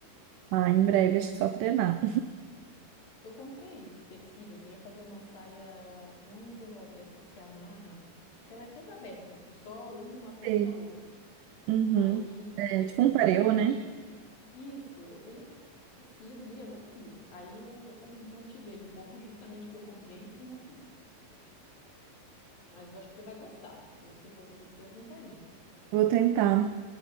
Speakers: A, on the right; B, on the left.
A: Ah, em breve, acho que só treinar.
B: Eu comprei o tecido, eu queria fazer uma saia, não envelope, essa que se amarra, que ela é toda aberta, tu só une uma ponta
A: Sei.
B: à outra.
A: Uhum.
B: Aí,
A: É
B: eu tenho
A: tipo
B: o tecido
A: um pareu,
B: aqui,
A: né?
B: Isso, eu tenho tecido, guria, não fiz. Aí eu até me desmotivei um pouco, justamente porque eu comprei e não fiz. Mas acho que você vai gostar. Eu, se fosse você, eu tentaria.
A: Vou tentar.